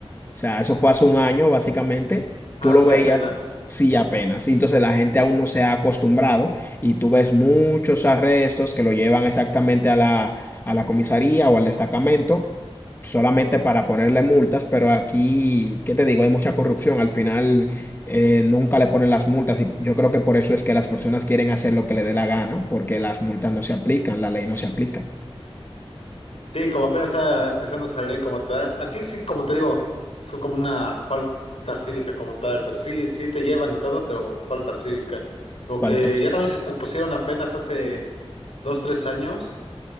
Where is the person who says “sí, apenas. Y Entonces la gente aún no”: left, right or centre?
Left